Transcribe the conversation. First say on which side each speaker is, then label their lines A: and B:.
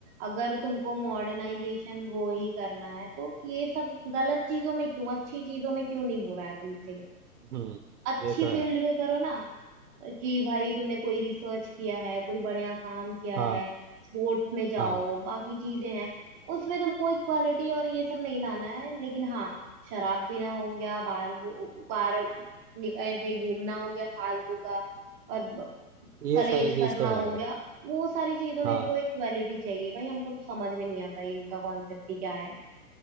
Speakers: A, on the right (about 15°); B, on the right (about 75°).
A: अगर तुमको मॉडर्नाइजेशन वो ही करना है तो ये सब गलत चीजों में क्यों अच्छी चीजों में क्यों नहीं हो रहा है तुमसे
B: हम्म
A: अच्छी
B: ये तो
A: फील्ड
B: है
A: में करो ना कि भाई तुमने कोई रिसर्च किया है कोई बढ़िया काम किया
B: हाँ
A: है स्पोर्ट्स में जाओ
B: हाँ
A: बाकी चीजें हैं उसमें तुमको इक्वालिटी और ये सब नहीं लाना है लेकिन हाँ शराब पीना हो गया बाहर गो- बाहर ऐसे ही घूमना हो गया फालतू का और
B: ये
A: कलेश
B: सारी चीज़
A: करना
B: तो है
A: हो
B: भाई
A: गया वो सारी चीजों में
B: हाँ
A: इनको इक्वालिटी चाहिए भाई हमको तो समझ में नहीं आता ये इनका कॉन्सेप्ट ही क्या है